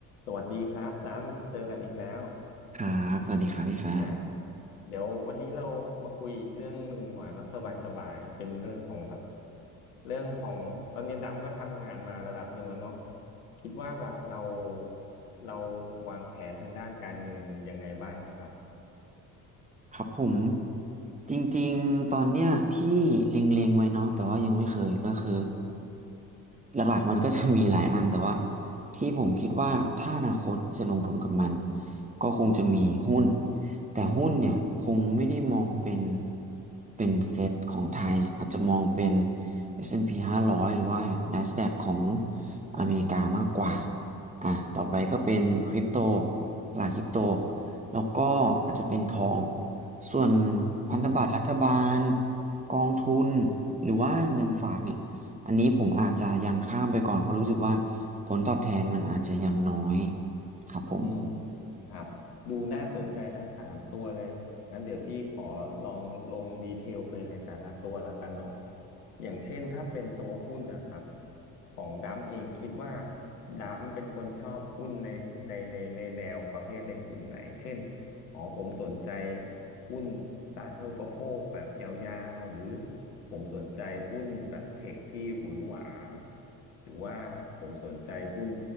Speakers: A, on the left; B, on the right.
A: สวัสดีครับตามเจอกันอีกแล้ว
B: ครับสวัสดีครับพี่ฟ้า
A: อ่าเดี๋ยววันนี้เรามาคุยอีกเรื่องหนึ่งดีกว่าเนาะสบายๆเป็นเรื่องของแบบเรื่องของตอนนี้ดำก็ทำงานมาระดับหนึ่งแล้วเนาะคิดว่าแบบเราเราวางแผนทางด้านการเงินยังไงบ้างนะครับ
B: ครับผม จริงๆ ตอนเนี้ยที่เล็งๆไว้เนาะแต่ว่ายังไม่เคยก็คือหลักๆมันก็จะมีหลายอันแต่ว่าที่ผมคิดว่าถ้าอนาคตจะลงทุนกับมันก็คงจะมีหุ้นแต่หุ้นเนี่ยคงไม่ได้มองเป็นเป็นเซตของไทยอาจจะมองเป็น S&P 500หารอยหรือว่า NASDAQ ของอเมริกามากกว่าอ่ะต่อไปก็เป็นคริปโตตลาดคริปโตแล้วก็อาจจะเป็นทอง ส่วนพันธบัตรรัฐบาล
A: อืม
B: กองทุนหรือว่าเงินฝากเนี่ย
A: อืม
B: อันนี้ผมอาจจะยังข้ามไปก่อนเพราะรู้สึกว่าผลตอบแทนมันอาจจะยังน้อยครับผม
A: อืมครับดูน่าสนใจทั้งสามตัวเลยงั้นเดี๋ยวพี่ขอลองลงดีเทลไปในแต่ละตัวละกันเนาะอย่างเช่นถ้าเป็นตัวหุ้นนะครับของดัมเองคิดว่าดัมเป็นคนชอบหุ้นในในในในแนวประเภทในกลุ่มไหนเช่นอ๋อผมสนใจหุ้นสาธารณูปโภคแบบยาวๆหรือผมสนใจหุ้นแบบเทคที่หวือหวาหรือว่าผมสนใจหุ้น